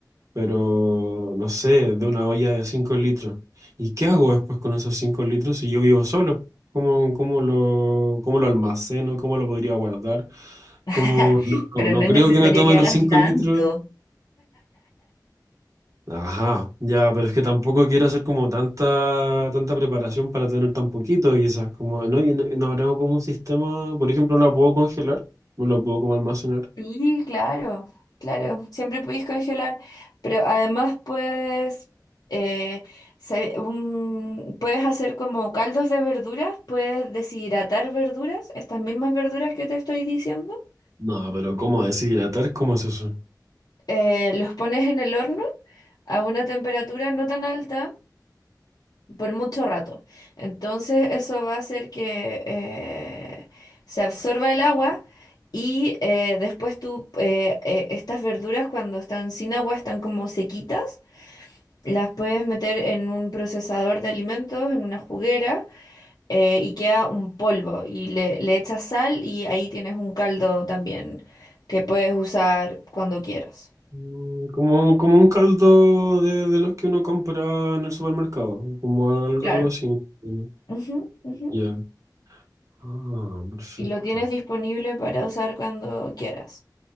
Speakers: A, on the right (about 45°); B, on the left (about 65°).
A: pero no sé, de una olla de 5 litros. ¿Y qué hago después con esos 5 litros si yo vivo solo? ¿Cómo, cómo lo, cómo lo almaceno? ¿Cómo lo podría guardar?
B: <laughs>
A: ¿Cómo, no, no,
B: Pero
A: no
B: no es
A: creo
B: necesario
A: que me tome
B: que
A: los
B: hagas
A: 5
B: tanto.
A: litros. Ajá, ya, pero es que tampoco quiero hacer como tanta, tanta preparación para tener tan poquito y esas, como, ¿no? Y no, y no habrá como un sistema, por ejemplo, no la puedo congelar, no la puedo como almacenar.
B: Sí, claro, claro, siempre puedes congelar, pero además puedes, eh, sabe- un- puedes hacer como caldos de verduras, puedes deshidratar verduras, estas mismas verduras que te estoy diciendo,
A: No, pero ¿cómo deshidratar? ¿Cómo es eso?
B: eh, los pones en el horno a una temperatura no tan alta por mucho rato. Entonces eso va a hacer que eh, se absorba el agua y eh, después tú, eh, eh, estas verduras cuando están sin agua, están como sequitas, las puedes meter en un procesador de alimentos, en una juguera eh, y queda un polvo y le, le echas sal y ahí tienes un caldo también que puedes usar cuando quieras.
A: Mm, Como, como un caldo de, de los que uno compra en el supermercado, como al-
B: Claro.
A: algo, así. ¿no?
B: Ujú, ujú.
A: Ya. Ah, perfecto.
B: Y lo tienes disponible para usar cuando quieras.